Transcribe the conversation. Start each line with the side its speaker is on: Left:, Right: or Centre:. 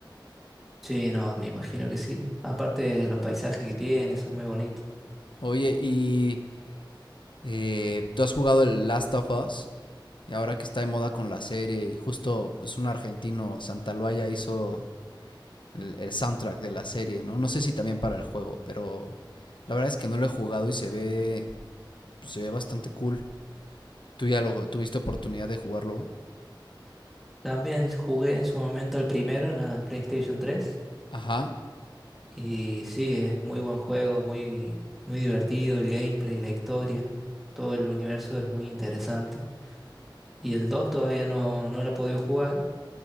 Centre: Sí, no, me imagino que sí. Aparte los paisajes que tiene son muy bonitos.
Left: Oye, y Eh, Tú has jugado el Last of Us, y ahora que está de moda con la serie, y justo pues, un argentino, Santaloaya, hizo el, el soundtrack de la serie, ¿no? No sé si también para el juego, pero la verdad es que no lo he jugado y se ve, pues, se ve bastante cool. Tú ya lo tuviste oportunidad de jugarlo.
Centre: También jugué en su momento el primero en la PlayStation tres
Left: Ajá,
Centre: y sí, es muy buen juego, muy, muy divertido el gameplay, la historia, todo el universo es muy interesante. Y el 2 todavía no, no lo he podido jugar,